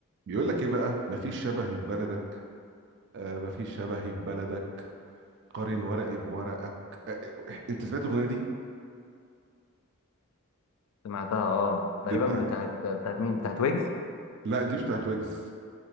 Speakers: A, on the right; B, on the left.
A: بيقول لك ايه بقى مفيش شبهي في بلدك آه مفيش شبهي في بلدك قارن ورقي بورقك آه آه، انت سمعت الاغنيه دي
B: سمعتها اه تقريبا
A: دي بتاع
B: بتاعت بتاعت مين بتاعت ويجز
A: لا دي مش بتاعت ويجز